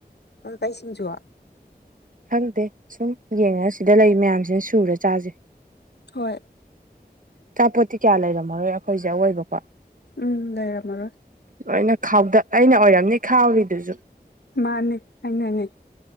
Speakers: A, on the left; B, on the right.
A: ꯀꯩ ꯁꯤꯡꯖꯨ?
B: ꯈꯪꯇꯦ ꯁꯨꯝ ꯌꯦꯡꯉꯒ ꯁꯤꯗ ꯂꯩ ꯃꯌꯥꯝꯁꯤꯅ ꯁꯨꯔ ꯆꯥꯖꯦ꯫
A: ꯍꯣꯏ꯫
B: ꯑꯆꯥꯄꯣꯠꯇꯤ ꯀꯌꯥ ꯂꯩꯔꯝꯃꯔꯣꯏ ꯑꯈꯣꯏꯁꯦ, ꯑꯋꯣꯏꯕꯀꯣ?
A: ꯎꯝ ꯂꯩꯏꯔꯝꯃꯔꯣꯏ꯫
B: ꯂꯣꯏꯅ ꯈꯥꯎꯗ ꯑꯩꯅ ꯑꯣꯏꯔꯝꯅꯤ ꯈꯥꯎꯔꯤꯗꯨꯁꯨ꯫
A: ꯃꯥꯅꯦ ꯑꯩꯅꯅꯤ꯫